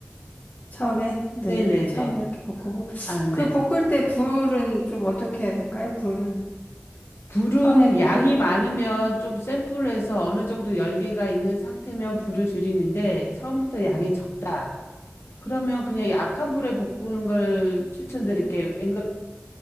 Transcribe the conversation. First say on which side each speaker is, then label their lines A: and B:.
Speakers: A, on the left; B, on the left.
A: 처음에 네
B: 네네네.
A: 처음에 이렇게 볶고
B: 아, 네.
A: 그 볶을 때 불은 좀 어떻게 해야 될까요? 불을
B: 불은
A: 처음에 볶을
B: 양이 많으면 좀 센 불로 해서 어느 정도 열기가 있는 상태면 불을 줄이는데 처음부터 양이 적다. 그러면 그냥 약한 불에 볶는 걸 추천드릴게요. 앵그러